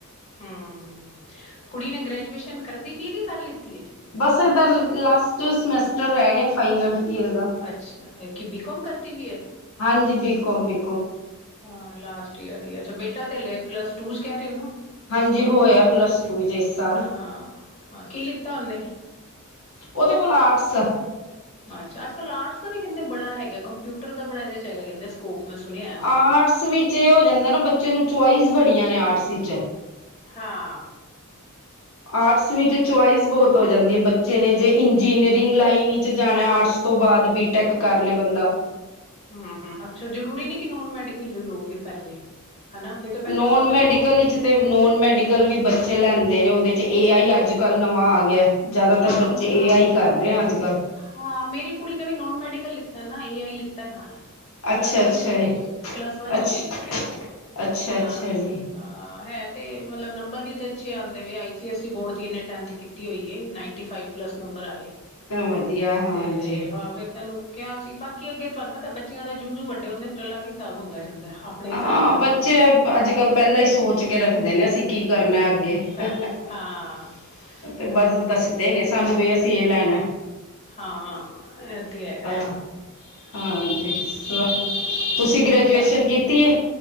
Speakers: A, on the left (about 30°); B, on the left (about 65°).
A: ਹਮ ਕੁੜੀ ਨੇ ਗ੍ਰੈਜੂਏਸ਼ਨ ਕਰਦੀ ਪਈ ਹੈ ਕਿ ਕਰ ਲਿੱਤੀ ਏ।
B: ਬਸ ਇਹਦਾ ਲ ਲਾਸਟ ਸਮੈਟਰ ਰਹਿ ਗਿਆ ਫਾਈਨਲ। ਬੀ ਏ ਦਾ
A: ਅੱਛਾ ਕਿ ਬੀਕੋਮ ਕਰਦੀ ਪਈ ਹੈ।
B: ਹਾਂਜੀ ਬੀਕੋਮ ਬੀ।
A: ਹਾਂ ਲਾਸਟ ਈਅਰ ਹੀ ਅੱਛਾ ਬੇਟਾ ਤੇ ਹਲੇ ਪਲੱਸ ਟੂ ਚ ਕਹਿ ਰਹੇ ਹੋ ਨਾ।
B: ਹਾਂਜੀ
A: ਛੋਟਾ
B: ਹੋਇਆ ਪਲੱਸ ਟੂ ਵਿੱਚ ਇਸ ਸਾਲ
A: ਹਾਂ-ਹਾਂ ਕਿ ਲਿੱਤਾ ਓਹਨੇ।
B: ਉਹਦੇ ਕੋਲ ਆਰਟਸ ਆ।
A: ਅੱਛਾ ਅੱਜ ਕੱਲ ਆਰਟਸ ਦਾ ਵੀ ਕਹਿੰਦੇ ਬੜਾ ਹੈਗਾ ਕੰਪਿਊਟਰ ਦਾ ਬੜਾ ਇਹਦੇ ਚ ਹੈਗਾ ਕਹਿੰਦੇ। ਸਕੋਪ ਮੈਂ ਸੁਣਿਆ ਹੁਣ।
B: ਆਰਟਸ ਵਿਚ ਇਹ ਹੋ ਜਾਂਦਾ ਨਾ ਬੱਚੇ ਨੂੰ ਚੁਆਇਸ ਬੜੀਆਂ ਨੇ ਆਰਟਸ ਵਿੱਚ।
A: ਹਾਂ।
B: ਆਰਟਸ ਵਿੱਚ ਚੁਆਇਸ ਬਹੁਤ। ਹੋ ਜਾਂਦੀ ਹੈ ਬੱਚੇ ਨੇ ਜੇ ਇੰਜੀਨੀਅਰਿੰਗ ਲਾਈਨ ਵਿਚ ਜਾਣਾ ਆਰਟਸ ਤੋਂ ਬਾਅਦ ਬੀਟੈਕ ਕਰ ਲੇ ਬੰਦਾ।
A: ਹਮ-ਹਮ ਅਕਸਰ ਜਰੂਰੀ ਨਹੀਂ ਕਿ ਨੋਨ ਮੈਡੀਕਲ ਲਓ ਫਿਰ ਪਹਿਲੇ। ਹਨਾ ਨਹੀਂ ਤਾਂ ਪਹਿਲੇ
B: ਨੋਨ
A: ਹੁੰਦਾ ਸੀ ਨਾ
B: ਮੈਡੀਕਲ ਵਿਚ ਤੇ ਨੋਨ ਮੈਡੀਕਲ ਵੀ ਬੱਚੇ ਲੈਂਦੇ ਨੇ ਉਹਦੇ। ਏ ਆਈ ਅੱਜ ਕੱਲ੍ਹ ਨਵਾਂ ਆ ਗਿਆ ਜ਼ਿਆਦਾਤਰ
A: ਹਾਂ
B: ਬੱਚੇ
A: ਹੁਣ
B: ਏ ਆਈ ਕਰ ਰਹੇ ਆ ਅੱਜ। ਕੱਲ੍ਹ
A: ਹਾਂ ਮੇਰੀ ਕੁੜੀ ਨੇ ਵੀ ਨੋਨ ਮੈਡੀਕਲ ਲਿੱਤਾ ਨਾ ਏ ਆਈ ਲਿੱਤਾ ਨਾਲ।
B: ਅੱਛਾ
A: ਪਲੱਸ ਵੰਨ
B: ਅੱਛਾ
A: ਚ ਹੋਈਓ
B: ਜੀ
A: ਪਲੱਸ ਵੰਨ
B: ਅੱਛਾ
A: ਚ ਹੋਈਓ ਤੇ।
B: ਅੱਛਾ
A: ਹਾਂ-ਹਾਂ
B: ਅੱਛਾ ਜੀ
A: ਹੈ। ਤੇ ਮਤਲਬ ਨੰਬਰ ਵੀ ਇਹਦੇ ਅੱਛੇ ਆਉਂਦੇ ਆਈ ਸੀ ਐਸ ਬੋਰਡ ਦੀ ਇਹਨੇ ਟੈਂਥ ਕੀਤੀ ਹੋਈ ਹੈ ਨਾਏਂਟੀ ਫਾਈਵ ਪਲੱਸ ਨੰ। ਨੰਬਰ ਆਏ
B: ਵਧੀਆ ਹਾਂਜੀ
A: ਤੇ ਹਾਂ ਫਿਰ ਤੈਨੂੰ ਕਿਹਾ ਸੀ ਨ। ਕਿ ਅੱਗੇ ਤੁਹਾਨੂੰ ਪਤਾ ਬੱਚਿਆਂ ਦਾ ਜੂ-ਜੂ ਵੱਡੇ ਹੁੰਦੇ ਫਿਰ ਅਲੱਗ ਹੀ ਹਿਸਾਬ ਹੁੰਦਾ ਜਾਂਦਾ। ਆਪਣੇ
B: ਹਾਂ
A: ਹਿਸਾਬ ਨਾਲ
B: ਬੱਚੇ
A: ਕਰਨੇ
B: ਅੱਜ ਕੱਲ ਪਹਿਲਾਂ ਹੀ ਸੋਚ ਕੇ ਰੱਖਦੇ ਨੇ ਸੀਂ ਕੀ। ਕਰਨਾ ਅੱਗੇ
A: ਕਰਨ
B: ਤੇ
A: ਹਾਂ
B: ਹ-ਹ ਉਹ
A: ਹਾਂ
B: ਬਸ ਦੱਸਦੇ ਨੇ ਸਾਨੂੰ ਵੀ। ਕਿ ਇਹ ਲੈਣਾ।
A: ਹਾਂ ਇਹ ਤੇ ਹੈਗਾ।
B: ਤਾਂ ਹਾਂਜੀ
A: <unintelligible>
B: ਤੁਸੀਂ ਗ੍ਰੈਜੂਏਸ਼ਨ ਕੀਤੀ ਹੈ